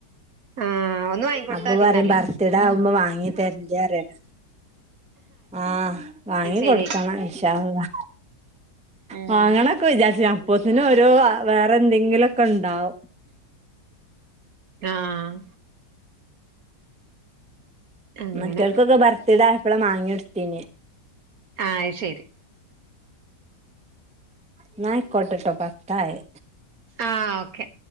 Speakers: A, on the right; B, in the centre.
A: ആഹ് ഒന്ന് വാങ്ങിക്കൊടുത്താ
B: അപ്പ
A: മതി
B: പറയും
A: ന്നാല്
B: പറ ബെർത്തിടുവാകുമ്പം വാങ്ങിതരില്ല പറയും. ആഹ് വാങ്ങി
A: അത് ശരി
B: കൊടുക്കണം ഇൻഷാ അള്ളാ.
A: ഉം
B: വാങ്ങണംഒക്കെ വിചാരിച്ച അപ്പത്തിന് ഒരോ വേറെ എന്തെങ്കിലും ഒക്കെ ഉണ്ടാവും.
A: ആഹ് അങ്ങനെ
B: മറ്റവർകൊക്കെ ബർത്ത് ഡേ ആയപ്പളാ വാങ്ങി കൊടുത്തേനി.
A: ആഹ് അത് ശരി
B: എന്നാ ആയികോട്ടെട്ടോ പത്തായി.
A: ആഹ് ഓക്കെ.